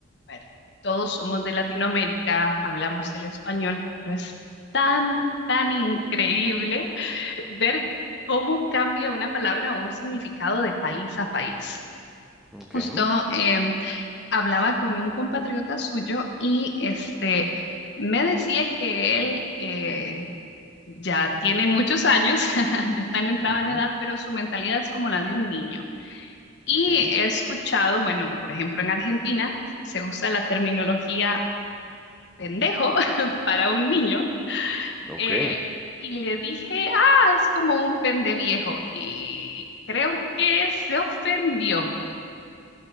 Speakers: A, on the left; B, in the centre.
A: a ver, todos somos de Latinoamérica, hablamos el español, pero es tan, tan increíble ver cómo cambia una palabra o un significado de país a país.
B: Ok.
A: Justo em, hablaba con un compatriota suyo y este me decía que él, eh, ya tiene muchos años, <laughs> ya está en entrada
B: ujú,
A: en edad, pero su mentalidad es como la de un niño. Y
B: Ok.
A: he escuchado, bueno, por ejemplo, en Argentina se usa la terminología pendejo <laughs> para un niño.
B: Ok.
A: eh, y le dije, ah, es como un pende viejo. Y creo que se ofendió.